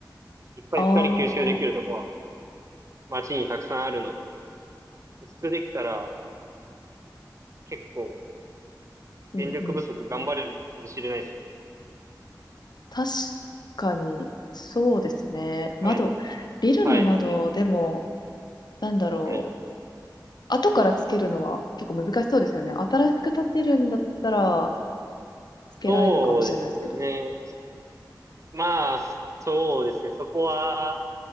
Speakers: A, on the right (about 45°); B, on the left (about 65°).
A: いっぱい光吸収できるとこは
B: ああー、
A: 街にたくさんあるので、薄くできたら結構
B: うんうん。
A: 電力不足頑張れるかもしれないですね。
B: 確かに、そうですね。窓、
A: はい。そうです
B: ビルの窓でも、
A: はねいそう
B: なんだろう。
A: はい
B: 後からつけるのは結構難しそうですよね。新しく建てるんだったら、つけられるかもしれないですけど。
A: そうですね。まあ、そうですね。そこは、